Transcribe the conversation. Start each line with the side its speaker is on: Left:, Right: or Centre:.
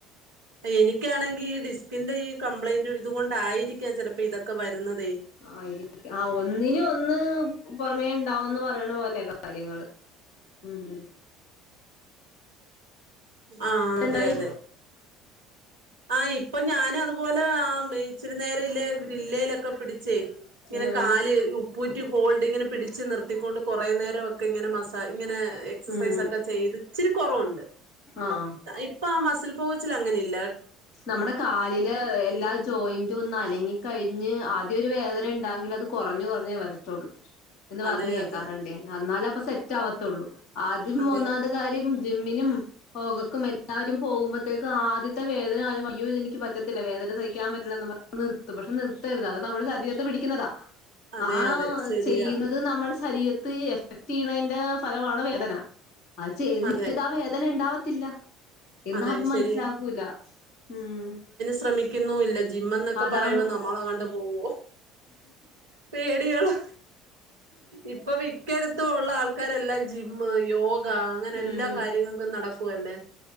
Right: എനിക്കാണേക്കില് ഈ ഡിസ്ക്കിന്റെ ഈ കമ്ബ്ലൈൻഡ് ഉള്ളത് കൊണ്ട് ആയിരിക്കാം ചിലപ്പോൾ ഇതൊക്കെ വരുന്നത്
Left: ആയിരിക്കാം ആ ഒന്നിന്ഒന്ന് പുറമേണ്ടാവന്ന്പറയണ പോലെകാര്യങ്ങള് ഉം
Right: ആഹ
Left: എന്നിട്ടെന്തായി?
Right: അതെഅതെ ആ ഇപ്പൊ ഞാനാത്പോലെ ആ ഇച്ചിരിനേരം ല്ലെ ഗ്രില്ലയിലൊക്കെപിടി ച്ച് ഇങ്ങനെകാല്
Left: ഉം.
Right: ഉപ്പൂറ്റി ഹോൾഡ്ങ്ങനെ പിടിച്ച് നിർത്തിക്കൊണ്ട്കുറേ നേരോക്കെങ്ങനെ മസഇങ്ങനെ എക്സൈസോക്കെ
Left: ഉം.
Right: ചെയ്ത് ഇച്ചിരികൊറവ്ണ്ട്
Left: ആ.
Right: എപ്പോ ആ മസിൽ പോച്ചിൽ അങ്ങനെഇല്ല
Left: നമ്മുടെകാലില് എല്ലാ ജോയിന്റും ഒന്ന്അനങ്ങി കഴി ഞ്ഞ് ആദ്യം ഒരുവേദനണ്ടാങ്കിൽഅത് കുറഞ്ഞ്കുറഞ്ഞേവരത്തെള്ളൂ എന്ന്പറഞ്ഞ്
Right: അതെ
Left: കേക്കാറുണ്ട്
Right: അതെ
Left: എന്നാലപ്പൊ സെറ്റ്ആവാത്തുള്ളൂ ആദ്യംമൂന്നാമത്തെകാര്യം
Right: അതെ
Left: ജിമ്മിനും പോകക്ക്മിട്ടവരും പോകുമ്പോഴത്തേക്കുംആദ്യത്തെ വേദ അതിനുംയ്യോ ഇതനിക്ക്പറ്റത്തില്ല വേദനസഹിക്കാൻപറ്റില്ല നിർത്തും പക്ഷെനിർത്തരുത് അതമ്മുടെ ശരീരത്തെപിടിക്കുന്നതാ
Right: അതെ
Left: ആഹാ
Right: അതെ ശരിയാ
Left: ചെയ്യുന്നത് നമ്മൾ ശരീരത്ത് എഫക്ട് ചെയ്യണതിന്റെ ഫലമാണ് വേദന അ ചെയ്ത്
Right: അതെ
Left: ചെയത് ആ വേദനഉണ്ടാവാ ത്തില്ല എന്നാഅത്
Right: അതെ
Left: മനസ്സിലാക്കൂല
Right: ശരിയാ
Left: ഉം
Right: ശ്രമിക്കുന്നൂല്ല ജിമ്മന്ന്ക്കെ
Left: അതാണ്
Right: പറയ്ണനമ്മളണ്ട്പോവും പേടിയളോ ഇപ്പമിക്കടുത്ത് ഉള്ളആൾക്കാരെല്ലാം ജിമ്മ്, യോഗ അങ്ങനെഎല്ലാകാര്യങ്ങൾക്കും
Left: ഉം
Right: നടക്കുവല്ലേ